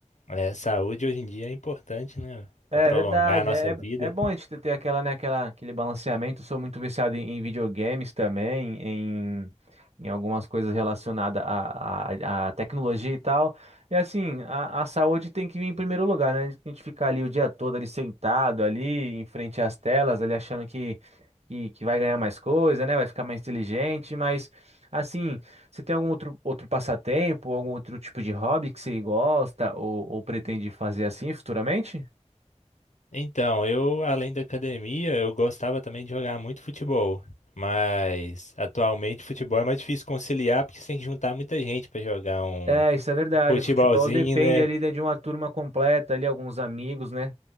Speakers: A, on the left; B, on the right.
A: é, saúde hoje em dia é importante, né?
B: É
A: Pra prolongar
B: verdade,
A: a nossa
B: é,
A: vida.
B: é bom a gente ter aquela, né, aquela, aquele balanceamento. Eu sou muito viciado em, em videogames também, em, em algumas coisas relacionadas à, à, à tecnologia e tal. E assim, a, a saúde tem que vir em primeiro lugar, né? A gente ficar ali o dia todo ali sentado ali em frente às telas, ali achando que, que, que vai ganhar mais coisa, né? Vai ficar mais inteligente, mas assim, você tem algum outro, outro passatempo, algum outro tipo de hobby que você gosta ou, ou pretende fazer assim futuramente?
A: Então, eu, além da academia, eu gostava também de jogar muito futebol. Mas atualmente futebol é mais difícil conciliar porque você tem que juntar muita gente pra jogar um
B: É, isso é verdade.
A: futebolzinho,
B: O futebol depende
A: né?
B: ali de de uma turma completa, ali, alguns amigos, né?